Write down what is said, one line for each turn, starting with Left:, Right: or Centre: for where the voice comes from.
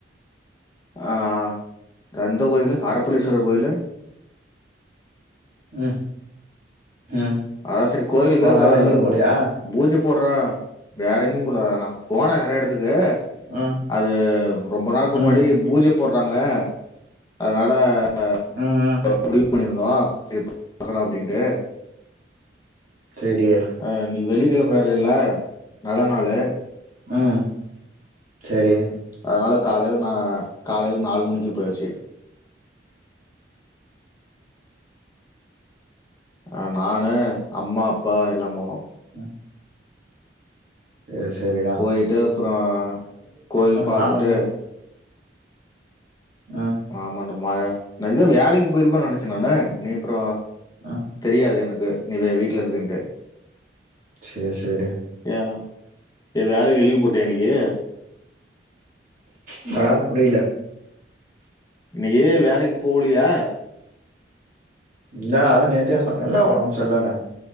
Left: ஆ கந்த கோயிலு அரப்பளீஸ்வரர் கோயிலு
Right: ம் ம்
Left: அதான் சரி கோயிலுக்கு
Right: அப்புறோ வேற
Left: இ
Right: எங்கேயு போலையா
Left: பூஜை போடுற வேற எங்கயு போலநா போனே நெறைய எடத்துக்கு
Right: ம்
Left: அது ரொம்ப நாக்கு முன்னாடி
Right: ம்
Left: பூஜை போடுறாங்க அதனால ஆ
Right: ம் ம்
Left: முடிவு பண்ணியிருந்தோ சரி பாக்கலாம் அப்டின்ட்டு
Right: சரியா
Left: ஆ இன்றைக்கி வெள்ளிக்கிழம்ப வேரல நல்ல நாளு
Right: ம் சரி
Left: அதனால காலையில நா காலையில நாலு மணிக்கே போயாச்சு ஆ நானு அம்மா அப்பா எல்லா போனோம்
Right: ம் ஏ சரிடா
Left: போயிட்டு அப்புறோ கோயில் பாத்துட்டு
Right: நானு ஆ
Left: ஆமாண்டமா நா நா இதா வேலைக்கு போயிருப்ப நினைச்சே நட நீ அப்புறோ
Right: ம்
Left: தெரியாது எனக்கு நீவே வீட்டுல இருக்குன்ட்டு
Right: செரி செரி
Left: ஏ ஏ வேலைக்கி லீவ் போட்டியா இன்னக்கி
Right: என்னடா புரில
Left: இன்னிக்கி வேலைக்கு போலியா
Right: இல்லடா அதா நேத்தே சொன்னேல ஒடம்சர்ல்லனு